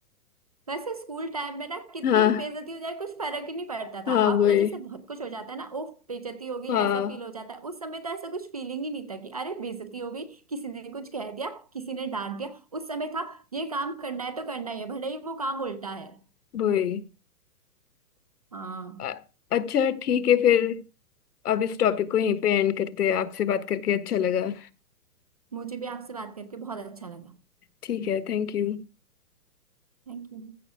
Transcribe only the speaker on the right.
वैसे स्कूल टाइम में ना कितनी
भी बेइज्जती हो जाए कुछ फर्क ही नहीं पड़ता
था
अब तो जैसे बहुत कुछ हो जाता है ना उफ बेइज्जती हो गई
ऐसा फील हो जाता है उस समय तो ऐसा कुछ फीलिंग ही नहीं था कि अरे बेइज्जती हो गई किसी ने कुछ कह दिया किसी ने डांट दिया उस समय था ये काम करना है तो करना ही है भले ही वो काम उल्टा है
हाँ
मुझे भी आपसे बात करके बहुत अच्छा लगा
Thank you